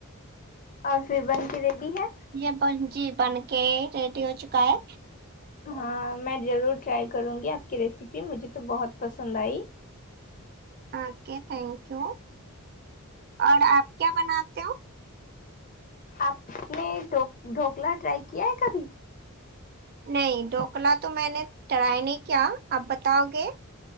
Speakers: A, on the left (about 35°); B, on the right (about 45°).
A: اور پھر بن کے ریڈی ہے
B: یہ بن جی بن کے ریڈی ہو چکا ہے
A: ہاں میں ضرور ٹرائی کروںگی آپ کی ریسیپی مجھے تو بہت پسند آئی
B: اوکے تھینک یو اور آپ کیا بناتے ہو
A: آپ نے ڈھوکلا ٹرائی کیا ہے کبھی
B: نہیں ڈھوکلا تو میں نے ٹرائی نہیں کیا آپ بتاؤ گے